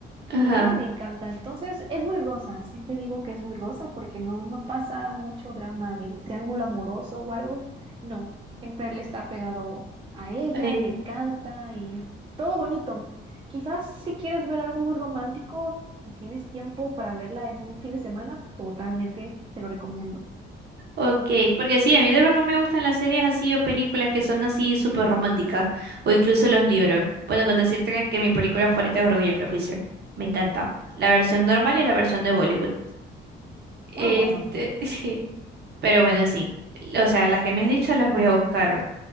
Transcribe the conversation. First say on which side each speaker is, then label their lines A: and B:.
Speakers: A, on the right; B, on the right.
A: Ajá.
B: Y ay, me encanta. Entonces, es muy rosa, sí te digo que es muy rosa porque no, no pasa mucho drama de triángulo amoroso o algo. No, siempre él está pegado a ella,
A: eh,
B: le canta y todo bonito. Quizás si quieres ver algo muy romántico y tienes tiempo para verla en un fin de semana, totalmente te lo recomiendo.
A: Ok, porque sí, a mí de verdad me gustan las series así o películas que son así súper románticas o incluso los libros. Bueno, con decirte que, que mi película favorita es Orgullo y Prejuicio. Me encanta. La versión normal y la versión de Bollywood. Este,
B: Ah, bueno,
A: <laughs> Pero bueno, sí. O sea, las que me has dicho las voy a buscar